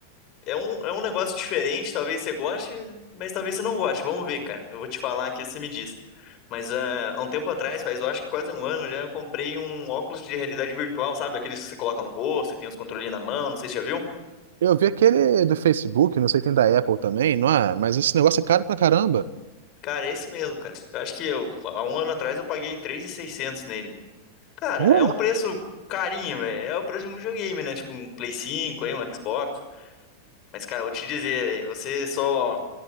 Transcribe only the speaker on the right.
Eu vi aquele do Facebook, não sei, tem da Apple também, não é? Mas esse negócio é caro pra caramba.
Uh,